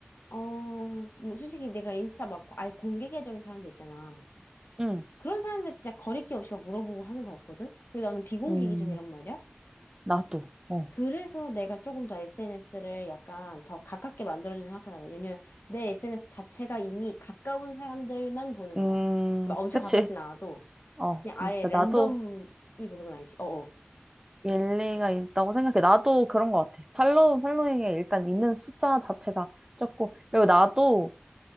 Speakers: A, on the left; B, on the right.
A: 어, 뭐 솔직히 내가 인스타 막 아예 공개 계정인 사람들 있잖아.
B: 응,
A: 그런 사람들 진짜 거리낌 없이 막 물어보고 하는 거 같거든? 근데 나는 비공개
B: 음,
A: 계정이란 말이야?
B: 나도. 어.
A: 그래서 내가 조금 더 SNS를 약간 더 가깝게 만들어주는 생각하다가 왜냐면 내 SNS 자체가 이미 가까운 사람들만 보는
B: 음,
A: 거야. 막 엄청
B: 그치?
A: 가깝진 않아도
B: 어,
A: 그냥 아예
B: 그러니까
A: 랜덤이
B: 나도.
A: 보는 건 아니지. 어어.
B: 일리가 있다고 생각해. 나도 그런 것 같아. 팔로우, 팔로잉에 일단 있는 숫자 자체가 적고, 그리고 나도